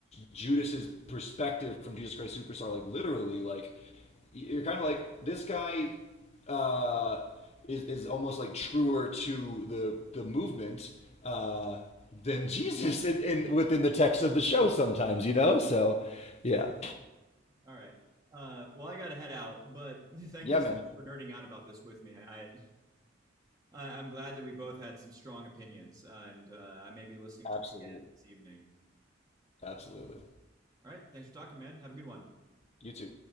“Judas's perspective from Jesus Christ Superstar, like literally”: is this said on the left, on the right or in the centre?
Left